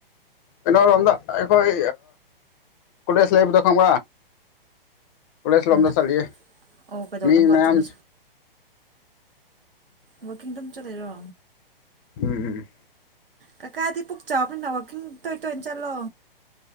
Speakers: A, on the left; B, on the right.
A: ꯑꯦꯩꯅꯣ ꯔꯣꯝꯗ ꯑꯩꯈꯣꯏ ꯀꯂꯦꯖ ꯂꯥꯏꯐꯗ ꯈꯪ ꯀꯂꯦꯁ
B: ꯎꯝ
A: ꯂꯝꯗꯁꯔꯒꯤ
B: ꯑꯣ ꯀꯩꯗꯧꯅꯕ
A: ꯃꯤ ꯃꯌꯥꯝꯝ
B: ꯆꯨꯝꯅ ꯋꯀꯤꯡꯗꯝ ꯆꯠꯂꯔꯣ
A: ꯎꯝ
B: ꯀ ꯀ ꯑꯗꯤ ꯄꯨꯛ ꯆꯕ ꯅ ꯇ ꯇꯣꯏꯅ ꯆꯠꯂꯣ